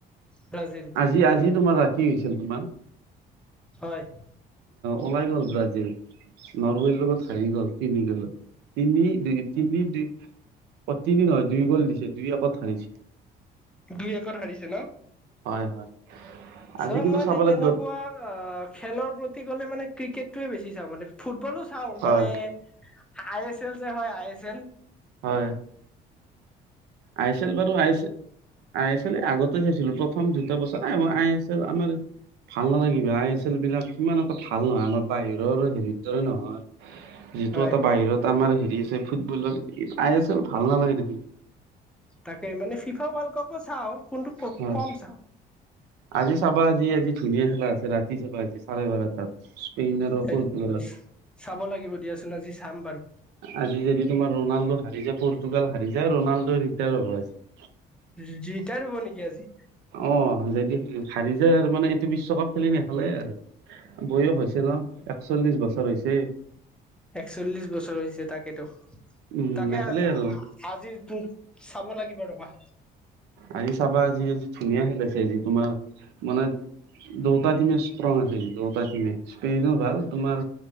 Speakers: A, in the centre; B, on the right.
A: ব্ৰাজিল
B: আজি-আজি তোমাৰ ৰাতি হৈছিল তোমাৰ। অহ,
A: হয়
B: ওলাই গ'ল। ব্ৰাজিল, নৰৱেৰ লগত হাৰি গ'ল তিনি গলত। তিনি দুই কি দুই, তিনি নহয় দুই গ'ল দিছে দুই একত হাৰিছে
A: দুই একত হাৰিছে ন।
B: হয় হয়
A: চ'
B: আজি কিন্তু
A: মই
B: চাব
A: তেনেকুৱা
B: লাগিব
A: খেলৰ প্ৰতি গ'লে মানে ক্ৰিকেটটোয়ে বেছি চাওঁ মানে ফুটবলো চাওঁ। চাওঁ
B: হয়
A: মানে, আই এছ এল যে হয় আই এছ এল।
B: হয় আই এছ এল বাৰু I S L, I S L এ আগতে আছিলোঁ, প্ৰথম দুটা বছৰ এ মই আই এছ এল আমাৰ ভাল নালাগে কিবা আই এছ এল বিলাক ইমান এটা ভাল নহয়। আমাৰ বাহিৰৰ হেৰিৰ দৰে নহয়। যিটো
A: হয়
B: এটা বাহিৰত আমাৰ হেৰি আছে ফুটবলৰ আই এছ এল ভাল নালাগে তে
A: তাকে মানে ফিফা ৱৰ্ল্ড কাপো চাওঁ কিন্তু
B: হয়
A: কম চাওঁ।
B: আজি চাবা আজি, আজি ধুনীয়া খেলা আছে ৰাতি চাবা আজি চাৰে বাৰটাত। স্পেইন আৰু
A: দে,
B: পৰ্তুগালৰ
A: চাব লাগিব দিয়াচোন আজি চাম বাৰু।
B: আজি যদি তোমাৰ ৰনাল্ডো হাৰি যায়, পৰ্তুগাল হাৰি যায়, ৰনাল্ডো ৰিটায়াৰ হ'ব আজি।
A: ৰিটায়াৰ হ'ব নেকি আজি?
B: অ যদি হাৰি যায় আৰু মানে এইটো বিশ্বকাপ খেলি নেখেলে আৰু। বয়স হৈছে ন' একচল্লিশ বছৰ হৈছে।
A: একচল্লিশ বছৰ হৈছে তাক সেইটো
B: উম
A: তাকে
B: নেখেলে
A: আজি,
B: আৰু
A: আজিৰতো চাব লাগিব ৰবা।
B: আজি চাবা আজি-আজি ধুনীয়া খেলা আছে আজি তোমাৰ মানে দুইটা টিমে ষ্ট্ৰং একেই দুটা টিমে স্কিনো ভাল তোমাৰ